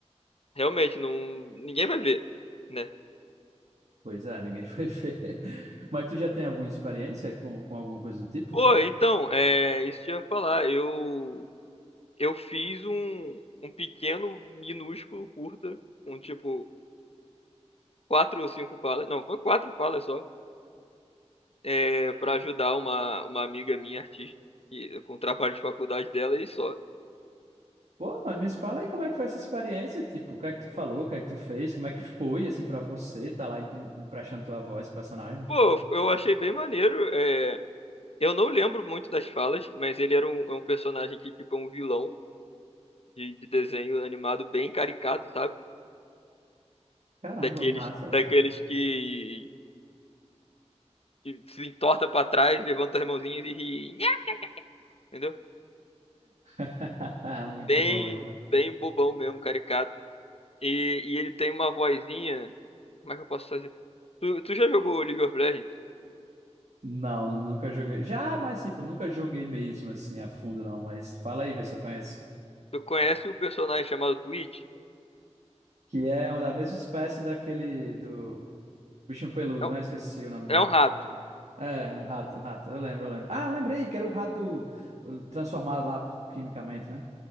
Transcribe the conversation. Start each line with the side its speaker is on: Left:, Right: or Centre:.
Left: realmente não, ninguém vai ver, né?
Right: Pois é, ninguém <laughs> vai ver. Mas tu já tem alguma experiência com, com alguma coisa do tipo?
Left: Pô, então, é, isso que eu ia falar, eu eu fiz um, um pequeno, minúsculo, curta, com tipo quatro ou cinco falas, não, foi quatro falas só, é, para ajudar uma, uma amiga minha, artista, e- com o trabalho de faculdade dela e só.
Right: Pô, mas me fala aí como é que foi essa experiência, tipo, o que é que tu falou, o que é que tu fez, como é que foi, assim, pra você, tá lá em- em- emprestando tua voz, pro personagem?
Left: Pô, eu achei bem maneiro. é, eu não lembro muito das falas, mas ele era um, é um personagem que, tipo, é um vilão de, de desenho animado bem caricato, sabe?
Right: Caramba,
Left: Daqueles,
Right: massa.
Left: daqueles que, que se entorta pra trás, levanta as mãozinhas e ri. Nhá! Entendeu?
Right: <laughs> Muito
Left: bem,
Right: bom, muito bom.
Left: bem bobão mesmo, caricato. E, e ele tem uma vozinha. Como é que eu posso fazer? Tu, tu já jogou League of Legends?
Right: Não, nunca joguei. Já, mas tipo, nunca joguei mesmo assim a fundo, não. Mas fala aí, vê se eu conheço.
Left: Tu conhece o personagem chamado Twitch?
Right: Que é uma da mesma espécie daquele do bichinho peludo,
Left: É, um-
Right: né? Eu esqueci o nome dele.
Left: é um rato.
Right: É, um rato, um rato. Eu lembro, eu lembro. Ah, eu lembrei que era o rato eh, transformado lá quimicamente, né?